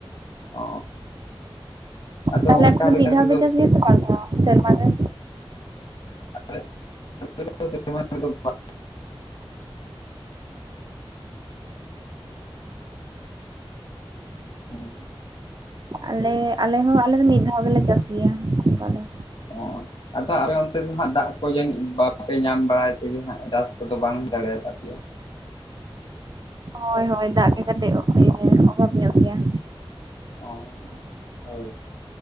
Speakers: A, on the left; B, on the right.
A: ᱚ ᱟᱫᱚ
B: ᱛᱟᱦᱚᱞᱮ
A: ᱚᱱᱠᱟ
B: ᱟᱯᱮ ᱫᱚ
A: ᱞᱮᱠᱟ
B: ᱢᱤᱫ
A: ᱛᱮᱫᱚ
B: ᱫᱷᱟᱣ ᱯᱮ ᱪᱟᱥ ᱜᱮᱭᱟ ᱥᱮ ᱵᱟᱨ ᱫᱷᱟᱣ ᱥᱮᱨᱢᱟ ᱨᱮ,
A: <unintelligible> <unintelligible>
B: ᱟᱞᱮ ᱟᱞᱮ ᱦᱚᱸ ᱟᱞᱮ ᱫᱚ ᱢᱤᱫ ᱫᱷᱟᱣ ᱜᱮᱞᱮ ᱪᱟᱥ ᱜᱮᱭᱟ ᱚᱱᱠᱟ ᱫᱚ᱾
A: ᱚ ᱟᱫᱚ ᱟᱞᱮ ᱚᱱᱛᱮ ᱫᱚᱜ ᱫᱟᱜ ᱠᱚ ᱡᱟᱹᱱᱤᱡ ᱵᱟᱯᱮ ᱧᱟᱢ ᱵᱟᱲᱟᱭ ᱛᱮᱜᱮ ᱦᱟᱸᱜ ᱪᱟᱥ ᱠᱚᱫᱚ ᱵᱟᱝ ᱦᱩᱭ ᱫᱟᱲᱮᱭᱟᱛᱟᱯᱮᱭᱟ᱾
B: ᱦᱳᱭ ᱦᱳᱭ ᱫᱟᱜ ᱜᱮ ᱠᱟᱹᱴᱤᱡ ᱚᱵᱷᱟᱵᱽ ᱧᱚᱜ ᱜᱮᱭᱟ᱾
A: ᱚ ᱦᱳᱭ